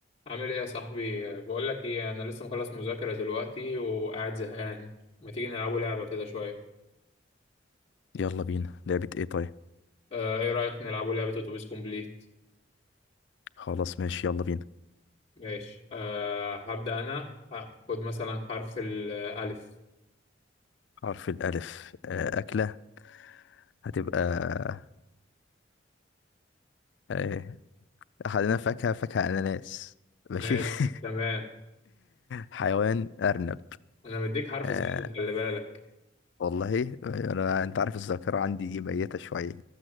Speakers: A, on the left; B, on the left.
A: عامل ايه يا صاحبي آه، بقول لك ايه انا لسه مخلص مذاكره دلوقتي وقاعد زهقان ما تيجي نلعبوا لعبه كده شويه
B: يلا بينا لعبة ايه طيب
A: آه ايه رايك نلعبوا لعبه اتوبيس كومبليت
B: خلاص ماشي يلا بينا
A: ماشي آه هبدا انا آه، خد مثلا حرف الالف
B: حرف الألف آه، أكلة هتبقى آه، أخدنا فاكهة فاكهة أناناس ماشي
A: ماشي
B: <laughs>
A: تمام
B: حيوان أرنب
A: انا مديك حرف
B: آه
A: سهل خلي بالك
B: والله أنا أنت عارف الذاكرة عندي دي ميتة شوية